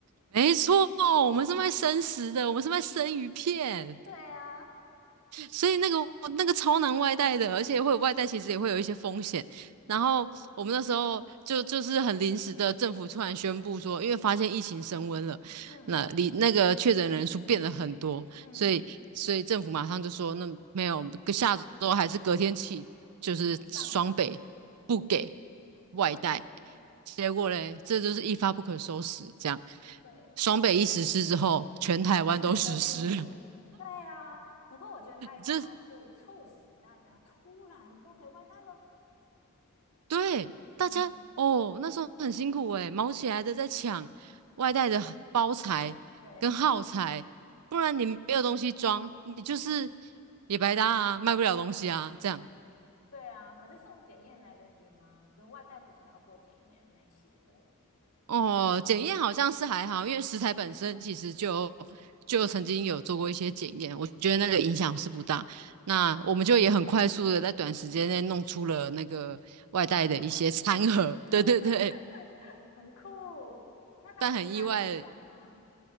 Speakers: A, on the right (about 85°); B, on the left (about 75°).
A: 没错，我们是卖生食的，我们是卖生鱼片。
B: 对啊，
A: 所以那个那个超难外带的，而且会有外带，其实也会有一些风险。然后我们那时候就就是很临时的，政府突然宣布说，因为发现疫情升温了，
B: 嗯
A: 那里那个确诊人数变了很多，
B: 嗯，
A: 所以所以政府马上就说，那没有，下周还是隔天起，就是双北不给
B: 马上。
A: 外带。
B: 对呀、
A: 结果嘞，这就是一发不可收拾，这样。
B: 对。
A: 双北一实施之后，全台湾都实施了，
B: 前台都禁止。对啊，不过我觉得它有一个好处，
A: 这
B: 促使大家突然都可以外带了。
A: 对，大家哦，
B: 嗯，
A: 那时候很辛苦诶，忙起来的在抢外带的包材跟耗材，
B: 对
A: 不然你没有东西装，你就是也白搭啊，卖不了东西啊，这样。
B: <laughs> 对啊。可是送检验来得及吗？就外带不是要过检验那些的，
A: 哦，检验好像是还好，因为食材本身其实就就曾经有做过一些检验，我觉得那个影响是不大。那我们就也很快速的在短时间内弄出了那个外带的一些餐盒，
B: 外带餐 <laughs>
A: <laughs> 对对对，
B: 很酷。那还有其他影响吗？
A: 但很意外。